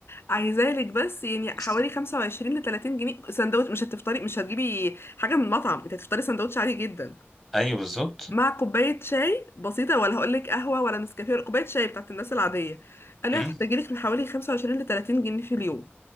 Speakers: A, on the left (about 60°); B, in the centre.
A: عايزالك بس يعني
B: بس.
A: حوالي 25 ل 30 جنيه سندوتش مش هتفطري مش هتجيبي حاجه من المطعم انت هتفطري سندوتش عادي جدا
B: ايوه بالظبط
A: مع كوبايه شاي بسيطه ولا هقول لك قهوه ولا نسكافيه كوبايه شاي بتاعت الناس العاديه قالوا
B: مم.
A: لي هتحتاجي لك من حوالي 25 ل 30 جنيه في اليوم